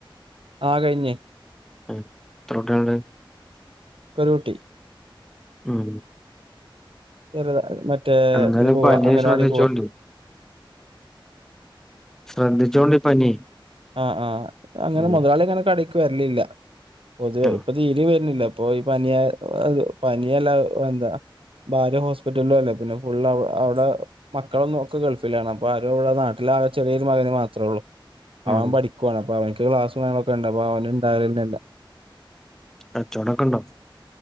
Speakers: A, on the right; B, in the centre.
A: ആ കഴിഞ്ഞ്...
B: ആ എത്ര കുട്ടികൾ ഉണ്ട്...
A: കരോട്ടി
B: ഉം
A: ചെറുത മറ്റേ
B: എന്താലുംപ്പോ
A: ഇതില് പോവാ
B: പനി
A: അംഗൻവാടി
B: ശ്രദ്ധിച്ചോണ്ട്
A: പോവാ
B: ശ്രദ്ധിച്ചോണ്ട് പനി
A: ആഹ് ആ അങ്ങനെ
B: ഉം
A: മുതലാളി അങ്ങനെ കടക്ക് വരലില്ല പൊതുവെ
B: ആഹ്
A: ഇപ്പൊ തീര് വരുന്നില്ല പോയി പനിയ ആ പനിയെല്ലാ എന്താ ഭാര്യ ഹോസ്പിറ്റലും അല്ലേ പിന്നെ ഫുൾ അവിടെ മക്കളൊന്നും ഒക്കെ ഗൾഫിലാണ് അപ്പ ആരും ഇവിടെ നാട്ടില പ്പാകെ ചെറിയൊരു മകന് മാത്രേ ഉള്ളൂ അവൻ
B: ഉം
A: പഠിക്കുവാണ് അപ്പൊ അവനക്ക് ക്ലാസ് കാര്യങ്ങളൊക്കെ ഉണ്ട് അപ്പൊ അവന് ഉണ്ടാകന്നില്ല
B: ആ ചോടക്ക ഉണ്ടോ?